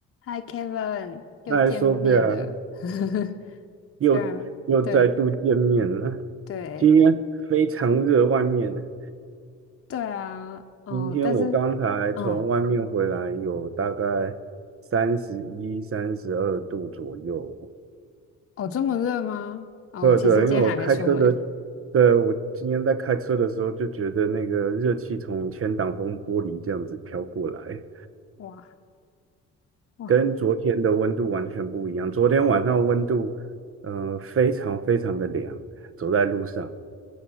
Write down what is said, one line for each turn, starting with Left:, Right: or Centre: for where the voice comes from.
Left: Hi Kevin，又见面了。
Right: 嗨，Sophia，
Left: <laughs>
Right: 又又再度见面了。
Left: 虽然对对
Right: 今天非常热，外面。
Left: 对啊，哦，
Right: 今天我刚才从外面回来，
Left: 但是嗯，
Right: 有大概三十一、三十二度左右。
Left: 哦，这么热吗？啊、
Right: 对对，
Left: 我其实今天还没出门。
Right: 因为我开车的，对，我今天在开车的时候就觉得那个热气从前挡风玻璃这样子飘过来，
Left: 哇哇，
Right: 跟昨天的温度完全不一样。昨天晚上温度，呃，非常非常的凉，走在路上。